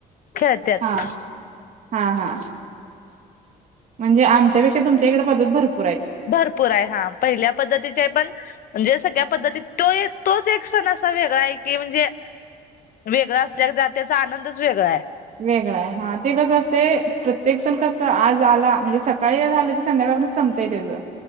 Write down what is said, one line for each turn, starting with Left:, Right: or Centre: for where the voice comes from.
Left: खेळत्यात.
Right: हा हा हा म्हणजे आमच्यापेक्षा तुच्या इकडे पदत भरपू
Left: भरपूर आहे. हा पहिल्या पद्धतीचे आहे पण म्हणजे सगळ्या पद्धतीत तो एक तोच एक सण असा वेगळा आहे की म्हणजे वेगळां असल्या त्याचा आनंदच वेगळा आहे.
Right: वेगळा आहे. हा ते कसं असते प्रत्येक जण कस आज आला म्हणजे सकाळी झालं की संध्याका पर्यंत संपते त्याचा